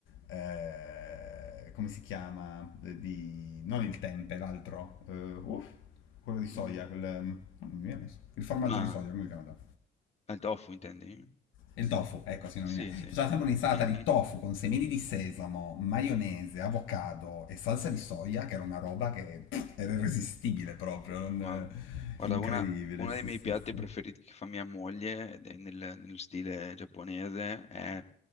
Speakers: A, on the left; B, on the left.
A: eh, come si chiama? Di... non il tempe, l'altro. Eh, uff, quello di soia,
B: Mm.
A: quel... ehm, non mi viene messo. Il formaggio
B: Ma
A: di soia, come si chiama?
B: al tofu intendi?
A: Il tofu, ecco, sì, non
B: Sì,
A: mi viene.
B: sì.
A: Faceva sempre un'insalata
B: <laughs>
A: di tofu con semini di sesamo, maionese, avocado e salsa di soia, che era una roba che pff, era irresistibile proprio, non-
B: Ma
A: eh,
B: guarda,
A: incredibile,
B: una, uno
A: sì,
B: dei miei
A: sì,
B: piatti
A: sì.
B: preferiti che fa mia moglie ed è nel- nello stile giapponese è